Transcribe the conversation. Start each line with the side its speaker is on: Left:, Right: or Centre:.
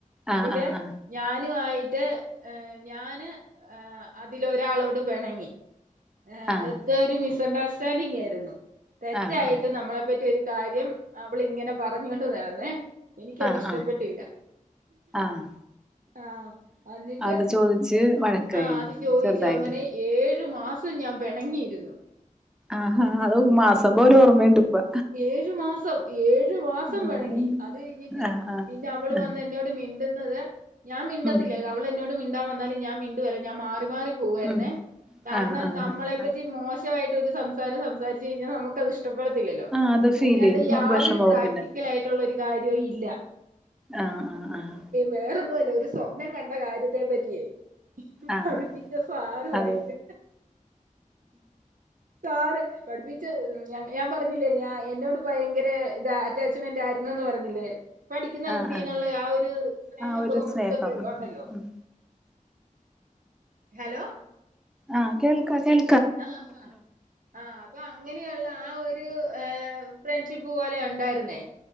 Right: അതിലെ
Centre: ആഹ് ആഹ്
Right: ഞാനുവായിട്ട് ഞാന് ആഹ് അതിലൊരാളോട് പിണങ്ങി ഏഹ്
Centre: ആഹ്
Right: അതൊരു മിസ്സണ്ടർസ്റ്റാൻഡിങ് ആയിരുന്നു തെറ്റായിട്ട്
Centre: ആഹ് ആഹ്
Right: നമ്മളെ പറ്റി ഒരു കാര്യം അവളിങ്ങനെ പറഞ്ഞോണ്ട് നടന്നെ എനിക്കത്ഷ്ടപ്പെട്ടില്ല
Centre: ആഹ് ആഹ് ആഹ്
Right: ആഹ് എന്നിട്ട്
Centre: അത് ചോദിച്ച് വഴക്കായി
Right: ആഹ് അത് ചോയിച്ചു
Centre: ചെറുതായിട്ട്
Right: അങ്ങനെ ഏഴു മാസം ഞാൻ പിണങ്ങിയിരുന്നു
Centre: ആഹ് ആഹ് അത് മാസം പോലെ ഓർമ്മണ്ട് ഇപ്പൊ
Right: ഏഴു മാസം ഏഴു മാസം
Centre: ആഹ്
Right: പെണങ്ങി അത് കഴിഞ്ഞിട്ട്
Centre: ആഹ് ആഹ്
Right: പിന്നെ അവള്
Centre: ആഹ്
Right: വന്നന്നെ ന്നോട് മിണ്ടുന്നത് ഞാൻ മിണ്ടത്തില്ല
Centre: ഉം
Right: അവള് എന്നോട് മിണ്ടാൻ വന്നാലും ഞാൻ മിണ്ടുകേല ഞാൻ മാറി മാറി പോവാരുന്നേ
Centre: ഉം
Right: കാരണം
Centre: ആഹ് ആഹ്
Right: നമ്മളെ
Centre: ആഹ്
Right: പറ്റി
Centre: ആഹ്
Right: മോശം കുറ്റവായിട്ട് ഒരു സംസാരം സംസാരിച്ച് കഴിഞ്ഞാൽ നമുക്കതിഷ്ടപ്പെടത്തില്ലോ
Centre: ആഹ് അത് ഫീൽ
Right: അയിനാത്ത്
Centre: ചെയ്യും
Right: യാതൊരു
Centre: വിഷമാവും
Right: പ്രാക്ടിക്കൽ
Centre: പിന്നെ
Right: ആയിട്ടുള്ളൊരു കാര്യോ ഇല്ല
Centre: ആഹ് ആഹ്
Right: വേറൊന്നുല്ല ഒരു സ്വപ്നം കണ്ട കാര്യ ത്തെ പറ്റിയേ
Centre: ആഹ്
Right: പഠിപ്പിച്ച
Centre: ആഹ് ആഹ്
Right: സാറു
Centre: അത്
Right: ആയിട്ട് സാറ് പഠിപ്പിച്ച ഞാ ഞാൻ പറഞ്ഞില്ലേ ഞാ എന്നോട് ഭയങ്കര ഇത അറ്റാച്ച്മെന്റ് ആ ന്നന്ന് പറഞ്ഞില്ലേ പഠിക്കുന്ന
Centre: ആഹ്
Right: കുട്ടീന്നുള്ള
Centre: ആഹ്
Right: ആ ഒരു സ്നേഹം
Centre: ആഹ് ഒരു
Right: ബഹു
Centre: സ്നേഹം
Right: ഇതൊക്കെ
Centre: ഉം
Right: ഒണ്ടല്ലോ
Centre: ഉം ഉം
Right: ഹലോ
Centre: ആഹ് കേൾക്ക കേൾ
Right: ആഹ് ഹ ആഹ് അപ്പങ്ങനെയുള്ള ആ ഒരു ഏഹ് ഫ്രണ്ട്ഷിപ്പ് പോലെ ഒണ്ടായിരുന്നേ